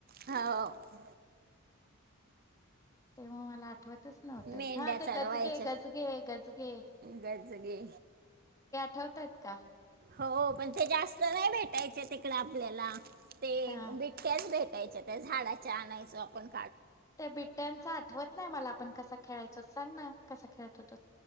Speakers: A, on the right; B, on the left.
A: हो
B: तेव्हा मला आठवतच नव्हतं,
A: मेंढ्या
B: हा ते
A: चढवायच्या
B: गजगे, गजगे, गजगे
A: गजगे
B: ठेवत्यात का?
A: हो पण ते जास्त नाही भेटायचे तिकडं आपल्याला, ते
B: हा
A: बिट्टयाच भेटा यच्या त्या झाडाच्या आणायचो आपणं.
B: त्या बिट्टयांच आठवतं नाही मला आपण कसा खेळायचो सांग ना, कसा खेळतं होतो?